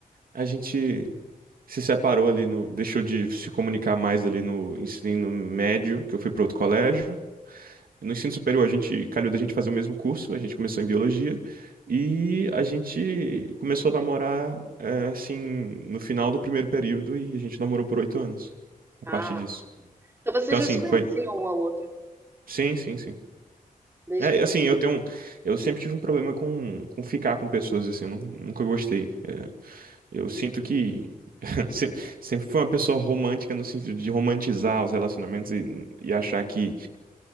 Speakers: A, on the right; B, on the right.
A: a gente se separou ali no, deixou de se comunicar mais ali no ensino médio, que eu fui pra outro colégio. No ensino superior, a gente calhou da gente fazer o mesmo curso, a gente começou em biologia e a gente começou a namorar é, assim no final do primeiro período e a gente namorou por oito anos a
B: ah.
A: partir disso.
B: Então vocês
A: Então,
B: já
A: assim,
B: se conheciam
A: foi.
B: um ao outro
A: Sim, sim, sim.
B: desde
A: É,
B: pequeno.
A: assim, eu tenho. um- Eu sempre tive um problema com, com ficar com pessoas, assim, eu nun- nunca gostei. É, eu sinto que. <laughs> se- Sempre fui uma pessoa romântica no sentido de romantizar os relacionamentos e, e achar que